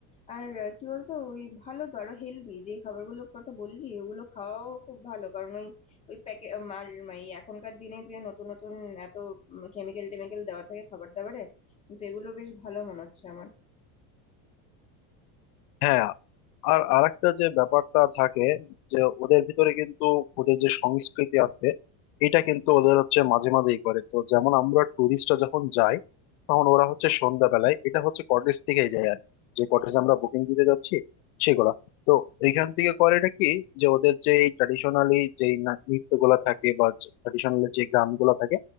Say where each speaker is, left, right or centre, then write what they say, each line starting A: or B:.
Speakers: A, on the left; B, on the left.
A: আর আহ, কি বলতো ওই ভালো তো আরো হেলদি যে খাবারগুলোর কথা বললি ওগুলো খাওয়াও খুব ভালো কারণ ওই ওই প্যাকেট এই এখনকার দিনে যে নতুন নতুন এত কেমিক্যাল টেমিক্যাল দেওয়া থাকে খাবার দাবারে কিন্তু এগুলো বেশ ভালো মনে হচ্ছে আমার
B: হ্যাঁ আর আরেকটা যে ব্যাপারটা থাকে যে ওদের ভিতরে কিন্তু ওদের যে সংস্কৃতি আছে এটা কিন্তু ওদের হচ্ছে মাঝে মাঝেই করে তো যেমন আমরা টুরিস্টরা যখন যাই তখন ওরা হচ্ছে সন্ধ্যাবেলায় এটা হচ্ছে কটেজ থেকেই দেয় আর কি। যে কটেজ আমরা বুকিং দিতে যাচ্ছি সেগুলা তো এইখান থেকে করে এটা কি যে ওদের যে এই ট্র্যাডিশনালি যে নৃত্যগুলা থাকে বা ট্র্যাডিশনালি যে গানগুলা থাকে